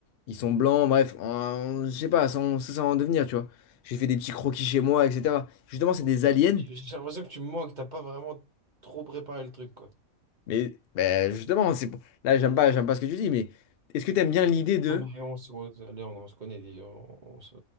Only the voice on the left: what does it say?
ils sont blancs, bref. en- je sais pas, ça, on- ça, ça va en devenir, tu vois. J'ai fait des petits croquis chez moi, etc. Justement, c'est des aliens,
Mais ben, justement, c'est pour- là, j'aime pas, j'aime pas ce que tu dis, mais est-ce que tu aimes bien l'idée de...